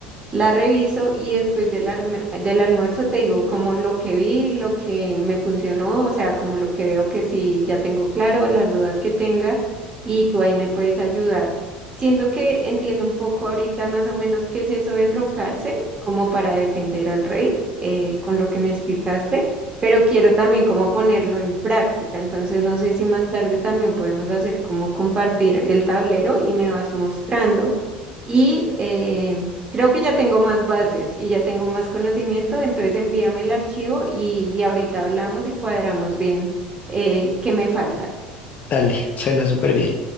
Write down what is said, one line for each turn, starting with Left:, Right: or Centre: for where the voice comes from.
Right: La reviso y después del, arme- del almuerzo te digo como lo que vi, lo que me funcionó, o sea, como lo que veo que sí ya tengo claro, las dudas que tenga y tú ahí me puedes ayudar. Siento que entiendo un poco ahorita más o menos qué es eso de enrocarse, como para defender al rey, eh, con lo que me explicaste, pero quiero también como ponerlo en práctica, entonces no sé si más tarde también podemos hacer como compartir el tablero y me vas mostrando y... eh, Creo que ya tengo más bases y ya tengo más conocimiento, entonces envíame el archivo y, y ahorita hablamos y cuadramos bien eh, qué me falta.
Left: Dale, suena súper bien.